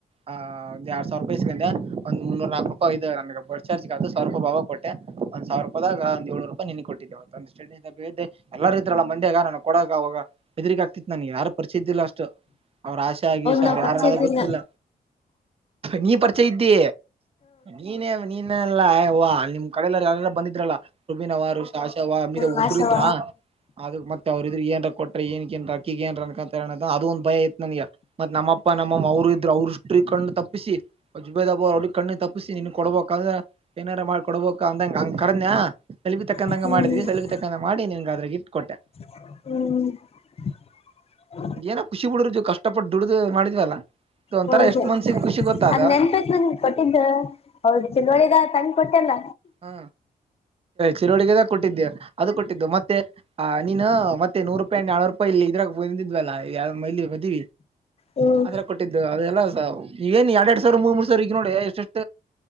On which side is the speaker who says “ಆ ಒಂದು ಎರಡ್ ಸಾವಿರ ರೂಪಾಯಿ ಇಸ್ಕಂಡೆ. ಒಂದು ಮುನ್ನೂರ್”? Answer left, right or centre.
Right